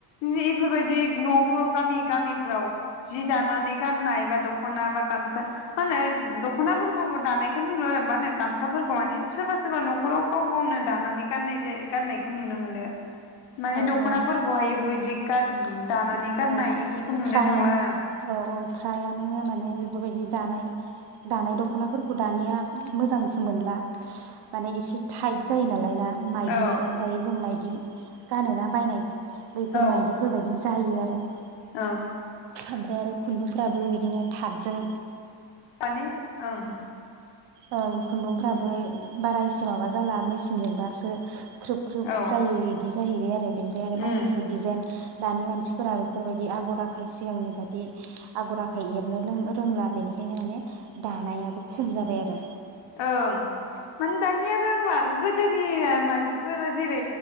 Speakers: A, on the left (about 75°); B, on the right (about 70°).
A: जि इफोरबायदि न'फ्राव गामि गामिफ्राव जि दानानै गाननाय बा दख'ना बा गामसा मा होनो दख'नाफोरखौबो दानायखौनो नुवा मा होनो गामसाफोरखौ माने सोरबा सोरबा न'खराव गाव गावनो दानानै गाननाय जायो। गाननायखौ नुनो मोनो। माने
B: औ
A: दख'नाफोरखौहाय
B: औ
A: इफोरबादि गान दानानै
B: औ
A: गाननाय
B: औ
A: बेफोरखौ नुनो
B: फ्रायानो
A: थांला आरो
B: औ औ फ्रायानो माने बेफोरबायदि। दानाय दानाय दख'नाफोरखौ दानिया मोजांसो मोनला। माने एसे थाइट जायो नालाय ना माइदि
A: औ
B: दायो जों माइदि। गानोना बायनाय बैफोर
A: औ
B: मायदिफोरबायायदि जायो आरो। ए।
A: औ।
B: ओमफ्राय आरो खुन्दुंफ्राबो बिदिनो थाथजों
A: माने ओं।
B: ओं खुन्दुंफ्राबो बारा एसे माबा जाला मेचिनजोंबासो। ख्रोब ख्रोब
A: औ
B: जायो इदि। जाहैबाय। ओ बेनिफ्राय आरो
A: उम
B: माखासे डिजाइन। दानि मानसिफोरा बेफोरबायदि आगर आखाइ सिगांनि बादि आगर आखाइ एरनो लों रोंला बेनिखायनो माने दानायाबो खम जाबाय आरो। लांदां
A: ओं माने दानिया रोंला गोदोनि मानसिफोरा जेरै